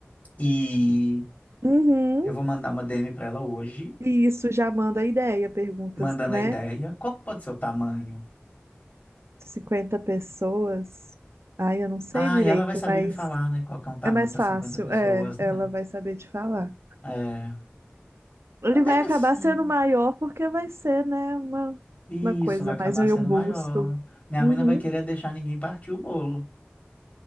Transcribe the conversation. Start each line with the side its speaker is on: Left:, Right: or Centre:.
Left: E
Right: Uhum.
Left: eu vou mandar uma DM para ela hoje,
Right: E isso já manda a ideia, perguntas,
Left: mandando
Right: né?
Left: a ideia. Qual que pode ser o tamanho?
Right: 50 pessoas. Ai, eu não sei
Left: Ah,
Right: direito,
Left: e ela vai saber
Right: mas.
Left: me falar, né? Qual que é um tamanho
Right: É mais
Left: para
Right: fácil,
Left: 50 pessoas,
Right: é, ela
Left: né?
Right: vai saber te falar.
Left: É,
Right: Ele
Left: mas deve
Right: vai acabar
Left: ser.
Right: sendo maior porque vai ser, né, uma,
Left: E
Right: uma coisa
Left: isso vai acabar
Right: mais um
Left: sendo
Right: busto.
Left: maior. Minha
Right: Uhum.
Left: mãe não vai querer deixar ninguém partir o bolo.